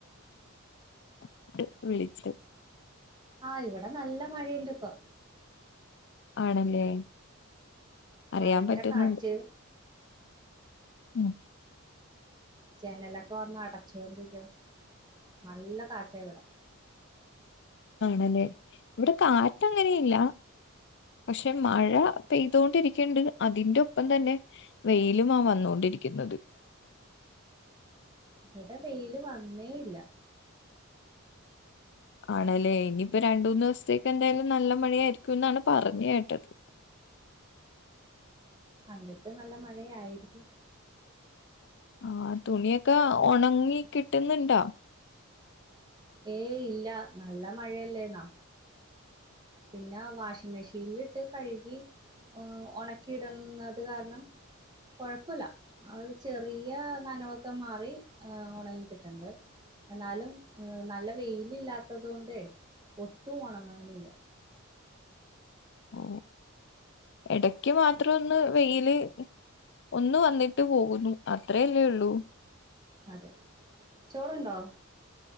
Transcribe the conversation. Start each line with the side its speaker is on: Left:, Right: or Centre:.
Left: <unintelligible> വിളിച്ചി
Right: ആഹ് ഇവിടെ നല്ല മഴയണ്ട് ഇപ്പോ.
Left: ആണല്ലേ. അറിയാൻ
Right: ഭയങ്കര
Left: പറ്റുന്നുണ്ട്
Right: കാറ്റ്.
Left: ഉം.
Right: ജനലൊക്കെ വന്ന് അടച്ചോണ്ടിരിക്കും നല്ല കാറ്റാ ഇവ്ടെ.
Left: ആണല്ലേ ഇവിടെ കാറ്റങ്ങനെയില്ല. പക്ഷെ മഴ പെയ്തോണ്ടിരിക്ക്ണ്ട് അതിന്റെ ഒപ്പം തന്നെ. വെയിലുമാ വന്നോണ്ടിരിക്കുന്നത്.
Right: ഇവിടെ വെയില് വന്നേയില്ല.
Left: ആണല്ലേ ഇനിയിപ്പോ രണ്ടൂന്ന് ദിവസത്തേക്ക് എന്തായാലും നല്ല മഴ ആയിരിക്കൂന്നാണ് പറഞ്ഞ് കേട്ടത്.
Right: കണ്ടിട്ട് നല്ല മഴയായിരിക്കും.
Left: ആഹ് തുണിയൊക്കെ ഒണങ്ങി കിട്ടുന്നുണ്ടോ?
Right: ഏയ് ഇല്ല നല്ല മഴയല്ലേയ്ന്നാ. പിന്നെ വാഷിംങ് മെഷീനിലിട്ട് കഴുകി ഉം ഒണക്കി ഇടുന്നത് കാരണം. കൊഴപ്പവില്ല. അത് ചെറിയ നനവൊക്കെ മാറി ഒണങ്ങി കിട്ടണ്ട്. എന്നാലും നല്ല വെയില് ഇല്ലാത്തത് കൊണ്ടേ ഒട്ടും ഉണങ്ങാനില്ല.
Left: ഓ ഇടക്ക് മാത്രം ഒന്ന് വെയില്. ഒന്ന് വന്നിട്ട് പോകുന്നു അത്രല്ലേ ഉള്ളൂ.
Right: അതെ ചോറുണ്ടോ?